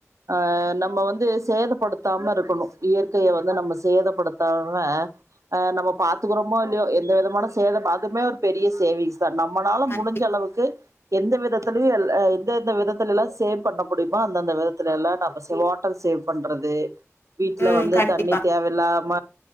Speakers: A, on the right; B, on the left.
A: அ நம்ம வந்து சேதபடுத் தாம இருக்கணு இயற்கைய வந்து நம்ம சேதப்படுத்தாம அ நம்ம பாத்துக்குறோமோ இல் இல்லியோ எந்த விதமான சேதம் அதுமே ஒரு பெரிய சேவிங்ஸ் தா நம்மனால
B: கண்டிப்பா
A: முடிஞ்ச அளவுக்கு எந்த விதத்திலயு எல் எந்தந்த விதத்துலலா சேவ் பண்ண முடியுமோ அந்தந்த விதத்துல எல்லா நம்ம சேவ் வாட்டர் சேவ் பண்றது வீட்ல
B: ம்
A: வந்து
B: கண்டிப்பா
A: தண்ணி தேவல்லாம